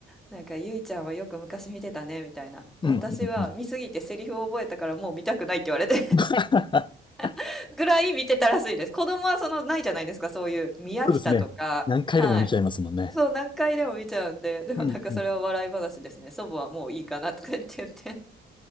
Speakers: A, in the centre; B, on the left.
A: なんか、ゆいちゃんはよく昔見てたね、みたいな。
B: うん、
A: 私は見すぎてセリフを覚えたからもう見たくないって言われて
B: うん、うん。<laughs>
A: <laughs> ぐらい見てたらしいです。子供はその、ないじゃないですか、そういう、宮北とか、
B: そうですね。何回でも見ちゃいますもんね。
A: はいそう、何回でも見ちゃうんで、<laughs> でもなんかそれは笑い話ですね。
B: うん、うん。
A: 祖母はもういいかなとか言って言って